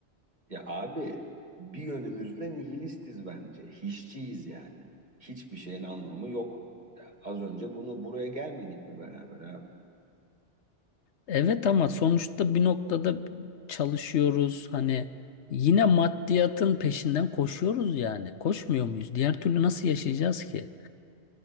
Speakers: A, on the right; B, on the left.
A: Ya abi bir yönümüzle nihilistiz bence. Hiççiyiz yani. Hiçbir şeyin anlamı yok. Ya az önce bunu buraya gelmedik mi beraber abi?
B: Evet ama sonuçta bir noktada çalışıyoruz. Hani yine maddiyatın peşinden koşuyoruz yani. Koşmuyor muyuz? Diğer türlü nasıl yaşayacağız ki?